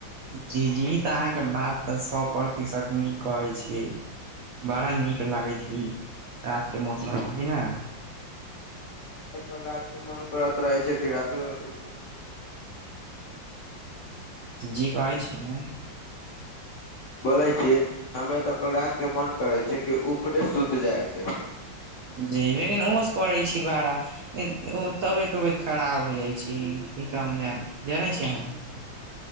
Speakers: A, on the right (about 80°); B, on the left (about 75°).
A: जी जी तऽ आहाँ के बात तऽ सौ प्रतिशत नीक कहै छियै। बड़ा नीक लागेै छै रात के मौसम में कि न?
B: हमे तऽ कल रात के मन करत रहे छै कि रातो ऊपरे सु जाय छी।
A: जी बाजे छी न।
B: बोलै छी हमरा तऽ कल रातिके मन करै छैय कि ऊपरे सुत जायके।
A: जी लेकिन ओंस पड़ै छैय बाड़ा। ओ तबियत उबियत खराब हो जाइ छैय ई तऽ हम ज जानै छी अहाँके।